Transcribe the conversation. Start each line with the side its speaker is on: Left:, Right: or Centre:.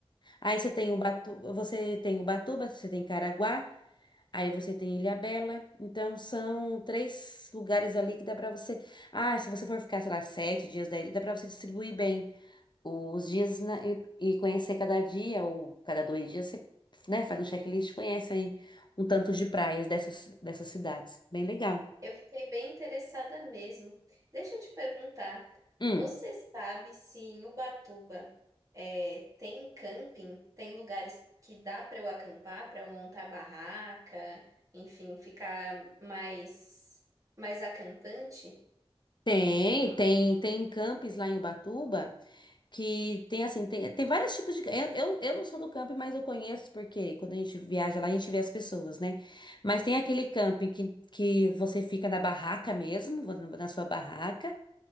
Left: Aí você tem o Batu, você tem Ubatuba, você tem Caraguá, aí você tem Ilhabela. Então são três lugares ali que dá pra você. Ah, se você for ficar, sei lá, sete dias daí, dá pra você distribuir bem os dias na- e, e conhecer cada dia ou cada dois dias você, né, faz um checklist, e conhece aí um tanto de praias dessas dessas cidades. Bem legal.
Right: Eu fiquei bem interessada mesmo. Deixa eu te perguntar,
Left: Hum,
Right: você sabe se em Ubatuba é, tem camping? Tem lugares que dá para eu acampar, para eu montar barraca, enfim, ficar mais mais acampante?
Left: tem, tem, tem campings lá em Ubatuba. que tem assim, tem, tem vários tipos de. Eu, eu, eu não sou do camping, mas eu conheço, porque quando a gente viaja lá, a gente vê as pessoas, né? Mas tem aquele camping que, que você fica na barraca mesmo, vo- na sua barraca,